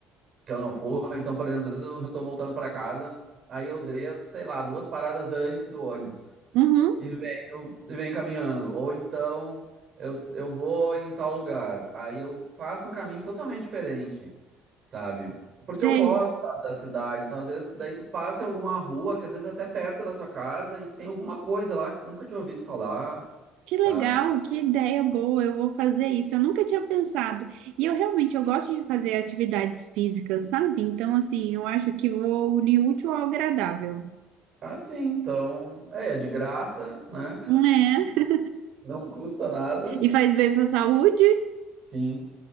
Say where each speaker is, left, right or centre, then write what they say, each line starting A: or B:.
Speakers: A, on the right; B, on the right.
A: que eu não for. Então, por exemplo, às vezes eu eu tô voltando para casa, aí eu desço, sei lá, duas paradas antes do ônibus
B: uhum,
A: e venho, e venho caminhando. Ou então eu, eu vou em tal lugar. Aí eu faço um caminho totalmente diferente, sabe? Porque
B: sei.
A: eu gosto, sabe, da cidade. Então, às vezes, daí tu passa em alguma rua, que às vezes é até perto da tua casa, e tem alguma coisa lá que tu nunca tinha ouvido falar,
B: Que
A: sabe?
B: legal, que ideia boa. Eu vou fazer isso. Eu nunca tinha pensado. E eu realmente eu gosto de fazer atividades físicas, sabe? Então, assim, eu acho que vou unir o útil ao agradável.
A: Ah, sim, então. É, é de graça, né?
B: né
A: <laughs> Não custa nada.
B: E faz bem para a saúde?
A: Sim.